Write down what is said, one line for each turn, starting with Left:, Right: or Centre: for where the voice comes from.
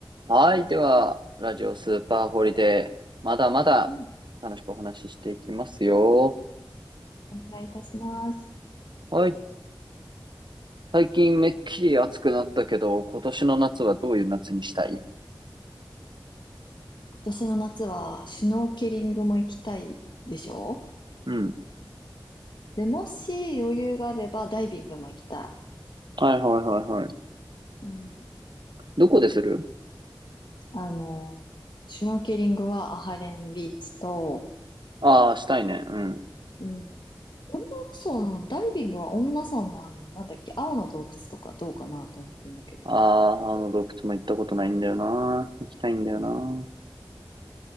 Right: はい。では、ラジオスーパーホリデー。まだまだ楽しくお話ししていきますよ。
Left: うん、お願いいたします。
Right: はい。最近めっきり暑くなったけど、今年の夏はどういう夏にしたい
Left: 今年の夏はシュノーケリングも行きたいでしょ
Right: うん。
Left: で、もし余裕があればダイビングも行きた
Right: はいはいはいはい。
Left: い。うん、
Right: どこでする
Left: あの、シュノーケリングはアハレンビーチと、
Right: ああー、したいね。うん。
Left: うん、恩納村、ダイビングは恩納村のあの、なんだっけ、青の洞窟とかどうかなと思ってんだけど。
Right: ああ、あの洞窟も行ったことないんだよな。行きたいんだよな。
Left: うん、